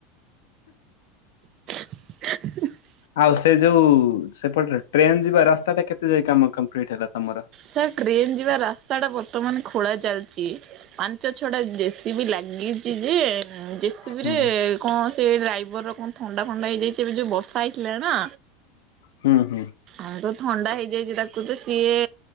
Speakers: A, on the right (about 45°); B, on the left (about 80°).
A: <inaudible>
B: ଆଉ ସେ ଯୋଉ ସେପଟ ଟ୍ରେନ ଯିବା ରାସ୍ତା ଟା କେତେ ଯାଇ କାମ କମ୍ପଲିଟ ହେଲା ତମର?
A: ସାର୍ ଟ୍ରେନ ଯିବା ରାସ୍ତା ଟା ବର୍ତ୍ତମାନ ଖୋଳା ଚାଲିଛି। ପାଞ୍ଚ ଛଟା ଜେସିବି ଲାଗିଚ ଯେ ଜେସିବି
B: ହୁଁ
A: ରେ କଣ ସେଇ ଡ୍ରାଇଭର କଣ ଥଣ୍ଡା ଫଥଣ୍ଡା ହେଇଯାଇଛି ଏବେ ଯୋଉ ବସା ହେଇଥିଲା ନା।
B: ହୁଁ ହୁଁ।
A: ଆଉ ତ ଥଣ୍ଡା ହେଇଯାଇଛି ତାକୁ ତ ସିଏ